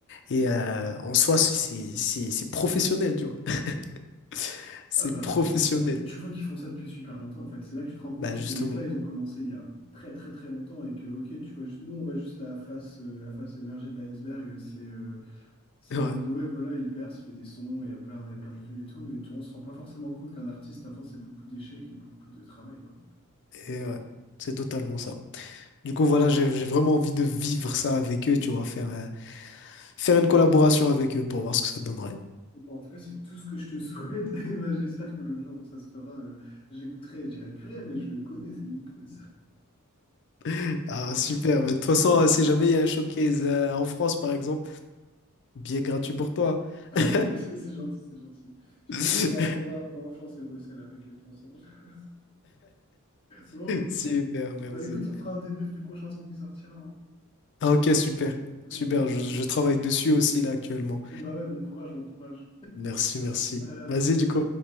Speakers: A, on the left (about 55°); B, on the left (about 25°).
A: Et euh, en soi, c'est c'est- c'est- c'est professionnel, tu vois. <laughs> C'est
B: Ah bah,
A: professionnel.
B: bah tu vois qu'ils font ça depuis super longtemps en fait. C'est là que tu te rends compte
A: Bah
B: que
A: justement.
B: ces mecs-là, ils ont commencé il y a très très très longtemps et que ok, tu vois juste nous, on voit juste la face, euh, la face émergée de l'iceberg. C'est euh, C'est
A: Ouais.
B: en mode, ouais, voilà, il perce, il fait des sons, et il y a plein, il y a plein de vues et tout, mais tu- on se rend pas forcément compte qu'un artiste, avant, c'est beaucoup d'échecs et beaucoup de travail, quoi.
A: Et ouais. C'est totalement ça. Du coup, voilà, j'ai j'ai vraiment envie de vivre ça avec eux, tu vois, faire, euh, faire une collaboration avec eux pour voir ce que ça donnerait.
B: Bon, en tout cas, c'est tout ce que je te souhaite. <laughs> Et ben, j'espère que le jour où ça se fera, euh, j'écouterai et je dirai, purée, mais je le connais, c'est Nicolas.
A: <laughs> Ah,
B: <laughs>
A: super. Mais de toute façon, euh, si jamais il y a un showcase euh, en France, par exemple, billet gratuit pour toi.
B: Ah,
A: hein.
B: c'est c'est c'est gentil, c'est gentil. Je
A: <laughs>
B: te dis, on va, on va, on va influencer Bruxelles avec euh, ton son. <laughs> Bon,
A: Super, merci.
B: bah écoute, on fera un débrief du prochain son qui sortira. hein.
A: Ah, ok, super. Super,
B: Bon courage.
A: je, je travaille dessus aussi là actuellement.
B: Bah ouais, bon courage, bon courage.
A: Merci, merci.
B: Allez, à bientôt.
A: Vas-y, du coup,